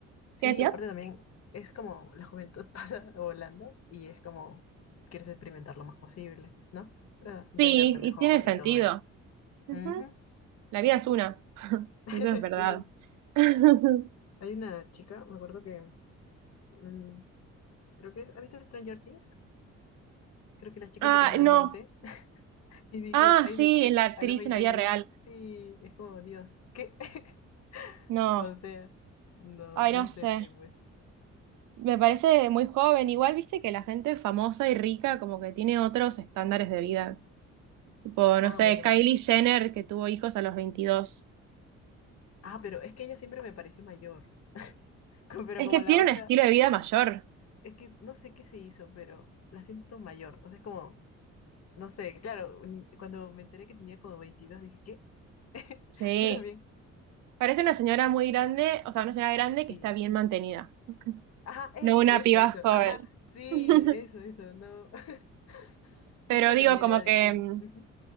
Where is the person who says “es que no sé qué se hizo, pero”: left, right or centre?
Left